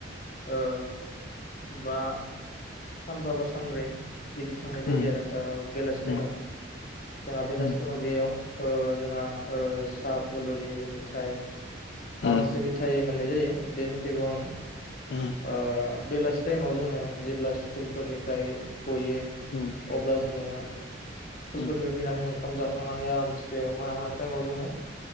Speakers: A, on the left; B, on the left.
A: ओ बा सानबा बा सानब्रै बिदि थांनाय जायो
B: उम
A: आरो ओ बेलासि टाइमाव
B: उम
A: जोंहा बेलासि
B: उम
A: टाइमाव बेयाव ओ जोंहा ओ सा पुलरि मिथाइ
B: उम
A: माखासे मिथाइ मोन नाय जायो बे मिथाइखौ आङो
B: उम
A: ओ बेलासि टाइमाव जोङो जेब्ला स्कुलफोरनिफ्राय गयो
B: उम
A: अब्ला जोङो <inaudible> स्कुलफोरनिफ्राय
B: उम
A: फैनानै ओंखा खाम जाखांनानै आरामस जे मोना मोना टाइमाव जोङो